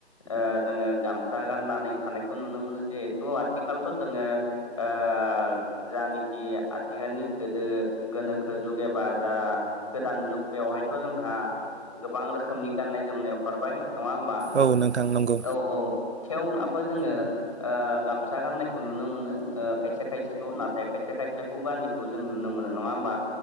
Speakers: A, on the left; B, on the right.
A: ओ जोङो गामसा गाननानै थानायखौ नुनो मोनो जिहेथु आथिखालथ' जोङो आ जानिखि आथिखालनि गोदो गोनोखो जुग एबा जा गोदान जुग बेवहायथ' जोंहा गोबां रोखोमनि गाननाय जोमनाय अखारबाय नङा होमबा
B: औ नोंथां नंगौ
A: औ औ थेवब्लाबो जोङो ओ गामसा गाननायखौ नुनो मोनो ओ खायसे खायसेखौ नाथाय खायसे खायसेखौ गानि खौ जों नुनो मोनो नङा होमबा